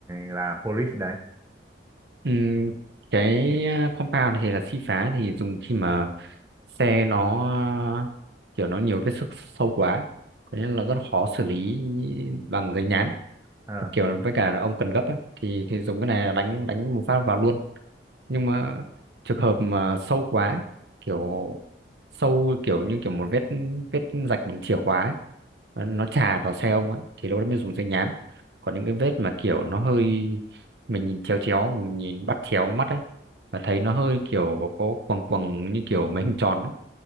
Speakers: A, on the right (about 15°); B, on the right (about 65°).
A: là polish đấy.
B: ừm, cái uh, compound thì là xi phá thì dùng khi mà xe nó ờ, kiểu nó nhiều vết xước sâu quá có nghĩa là rất khó xử lý bằng giấy nhám
A: Ờ,
B: kiểu với cả là ông cần gấp ấy, thì thì dùng cái này là đánh đánh một phát vào luôn nhưng mà trường hợp mà sâu quá kiểu sâu kiểu như kiểu một vết vết rạch bằng chìa khóa ấy, nó nó chà vào xe ông ấy thì lúc đó mới dùng giấy nhám còn những cái vết mà kiểu nó hơi mình nhìn chéo chéo mình nhìn bắt chéo mắt ấy và thấy nó hơi kiểu có quầng quầng như kiểu mấy hình tròn ấy